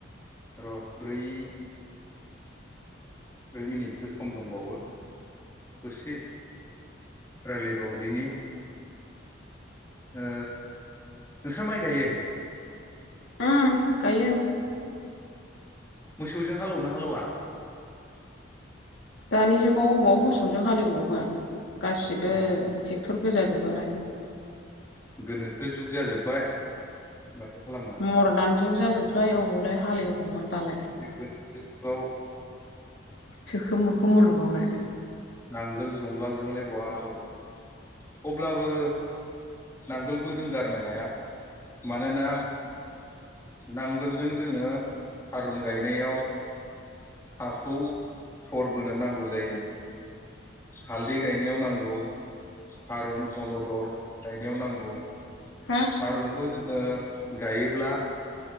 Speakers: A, on the left; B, on the left.
A: र ब्रै ब्रै मिनिटसो सम दंबावो दसे रायलायबावदिनि ओ‌ नोंस्रा माइ गायो
B: ओम गायो
A: मोसौजों हालौवना हालौया
B: दानि जुगाव अबाव मोसौजों हालेबावगोन गासिबो
A: अ
B: ट्रेक्टर गोजा जोबालाय
A: गोनोखो जुग जाजोब्बाय <unintelligible>
B: मर्दान जुग जाजोब्बाय अबावलाय हालेवबावगोन दालाय
A: औ
B: सोखोम मोखोम मुलुगावलाय
A: नांगोल जुंगालजोंलाय बहा हालेवो। अब्लाबो नांगोलखौ जों गारनो हाया। मानोना नांगोलजों जोङो थारुन गायनायाव हाखौ सरबोनो नांगौ जायो। हालदै गायनायाव नांगौ थारुन अलदर गायनायाव नांगौ।
B: हा
A: थारुनखौ जोङो गायोब्ला